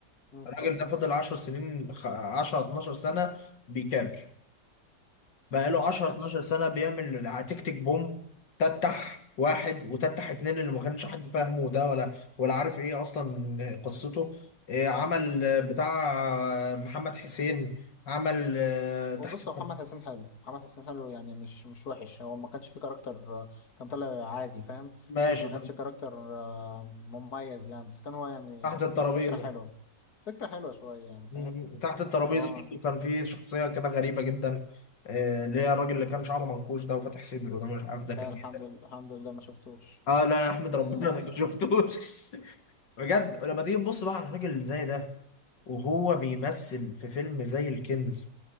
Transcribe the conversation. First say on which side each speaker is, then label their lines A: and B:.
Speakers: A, on the left (about 60°); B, on the left (about 80°).
A: مم، اتفضل
B: الراجل ده فضل 10 سنين خ- 10 12 سنة بيكابر بقاله 10
A: كاتش
B: 12 سنة بيعمل تيك تيك بوم تتح واحد وتتح اتنين اللي ما كانش حد فاهمه ده ولا ولا عارف ايه اصلا قصته إيه عمل آه، بتاع آه، محمد حسين عمل آه، تحت
A: وبص
B: التر-
A: هو محمد حسين حلو محمد حسين حلو يعني مش مش وحش هو ما كانش فيه كاركتر آه، كان طالع عادي فاهم
B: ماشي
A: بس ما
B: طب
A: كانش كاركتر آه، مميز يعني بس كان هو يعني
B: تحت الترابيزة
A: ف- فكرة حلوة فكرة حلوة شوية يعني فاهم
B: م- تحت الترابيزة
A: هو
B: برضه كان في شخصية كده غريبة جدا آه، اللي هي الراجل اللي كان شعره منكوش ده وفاتح صدره ده مش عارف ده
A: لا
B: كان
A: الحمد
B: ايه ده
A: لله الحمد لله ما شفتوش
B: اه لا انا احمد ربنا
A: <laughs>
B: انا ما شفتوش <laughs> بجد ولما تيجي تبص بقى على الراجل اللي زي ده وهو بيمثل في فيلم زي الكنز